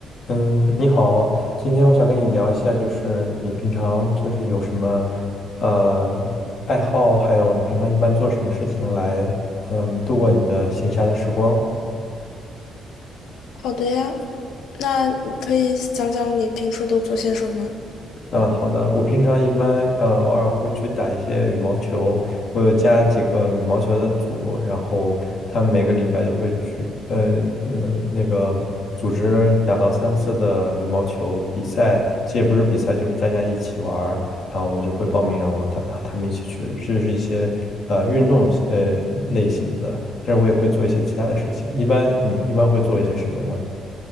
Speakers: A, on the left; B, on the left.
A: 嗯，你好，今天我想跟你聊一下，就是你平常就是有什么呃爱好，还有你平常一般做什么事情来嗯度过你的闲暇的时光。
B: 好的呀，那你可以讲讲你平时都做些什么？
A: 嗯，好的。我平常一般呃偶尔会去打一些羽毛球，我有加几个羽毛球的组，然后他们每个礼拜都会去，呃呃那个组织两到三次的羽毛球比赛，其实也不是比赛，就是大家一起玩儿然后我就会报名，然后他和他们一起去，这就是一些呃运动呃类型的，但是我也会做一些其他的事情。一般你一般会做一些什么呢？